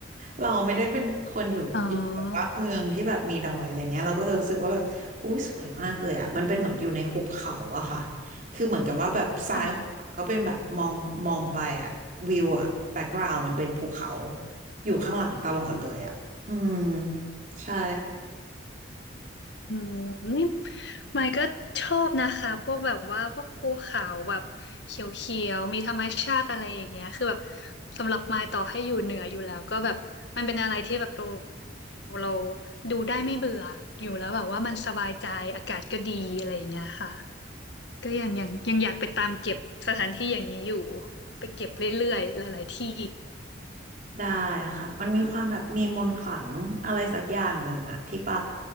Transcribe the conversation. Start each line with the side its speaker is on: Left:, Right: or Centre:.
Right: เราไม่ได้เป็นคนอยู่อยู่แบบว่าเมืองที่แบบมีดอยอะไรเงี้ยเราก็จะรู้สึกว่าแบบอุ้ยสวยมากเลยอ่ะมันเป็นเหมือนอยู่ในหุบเขาอะค่ะ
Left: อ๋อ
Right: คือเหมือนกับว่าแบบซ้ายของเขาก็เป็นแบบมองมองไปอะวิวอะแบ็กกราวด์มันเป็นภูเขา
Left: ค่ะ
Right: อยู่ข้างหลังตลอดเลยอะอืมใช่
Left: อืมนี่ไมค์ก็ชอบนะคะพวกแบบว่าพวกภูเขาแบบเขียวๆมีธรรมชาติอะไรอย่างเงี้ยคือแบบสำหรับไมค์ต่อให้อยู่เหนืออยู่แล้วก็แบบมันเป็นอะไรที่แบบเราเราดูได้ไม่เบื่ออยู่แล้วแบบว่ามันสบายใจอากาศก็ดีอะไรอย่างเงี้ยค่ะก็ยังยังยังอยากไปตามเก็บสถานที่อย่างนี้อยู่ไปเก็บเรื่อยๆหลายๆที่
Right: ได้ค่ะมันมีความแบบมีมนต์ขลังอะไรสักอย่างหนึ่งอะที่ไป